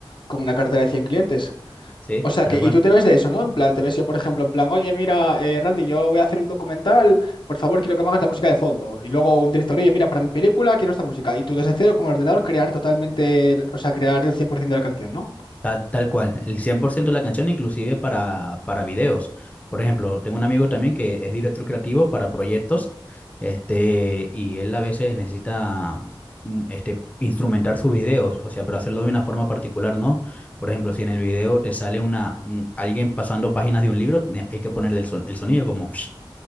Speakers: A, on the left; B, on the left.
A: con una cartera de 100 clientes.
B: sí,
A: O sea
B: tal
A: que,
B: cual.
A: y tú te ves de eso, ¿no? En plan, te ves yo, por ejemplo, en plan, oye, mira, eh, Randy, yo voy a hacer un documental, por favor, quiero que me hagas la música de fondo. Y luego un director, oye, mira, para mi película quiero esta música. Y tú desde cero con el ordenador crear totalmente, el- o sea, crear el 100% de la canción, ¿no?
B: Tal, tal cual, el 100% de la canción, inclusive para, para videos. Por ejemplo, tengo un amigo también que es director creativo para proyectos, este, y él a veces necesita mm, este, instrumentar sus videos, o sea, pero hacerlo de una forma particular, ¿no? Por ejemplo, si en el video te sale una, un- alguien pasando páginas de un libro, ne- hay que ponerle el, son- el sonido como,